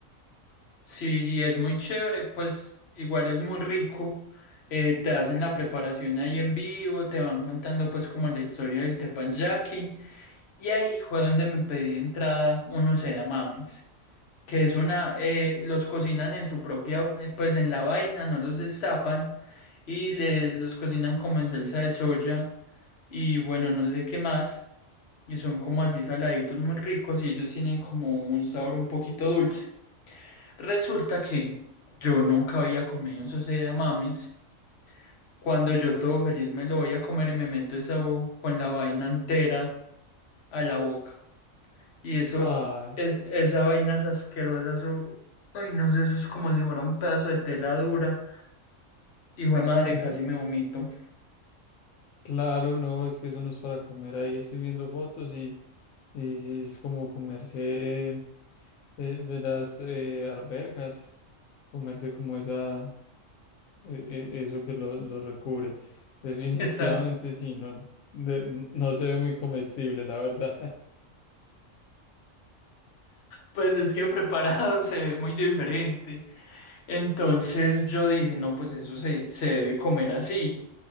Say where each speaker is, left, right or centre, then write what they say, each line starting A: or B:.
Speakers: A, on the left; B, on the left.
A: Si es muy chévere, pues igual es muy rico. Eh, te hacen la preparación ahí en vivo, te van contando pues como la historia del teppanyaki. Y ahí fue donde me pedí entrada unos edamames, que es una, eh, los cocinan en su propia, eh, pues en la vaina, no los destapan y le, los cocinan como en salsa de soya y bueno, no sé qué más, y son como así saladitos muy ricos y ellos tienen como un sabor un poquito dulce. Resulta que yo nunca había comido esos edamames. Cuando yo todo feliz me lo voy a comer y me meto esa bo- con la vaina entera a la boca. Y eso,
B: Ah,
A: es, esa vaina es asquerosa, eso, ay, no sé, eso es como si fuera un pedazo de tela dura. Y güey, madre,
B: <laughs>
A: casi me vomito.
B: claro, no, es que eso no es para comer. Ahí estoy viendo fotos y, y sí es como comerse de, de las eh, arberjas, comerse como esa. e- e- eso que lo, lo recubre. Definitivamente
A: Esa,
B: sí, no, de- no se ve muy comestible, la verdad. <laughs>
A: pues es que preparado <laughs> se ve muy diferente. Entonces yo dije, no, pues eso se, se debe comer así.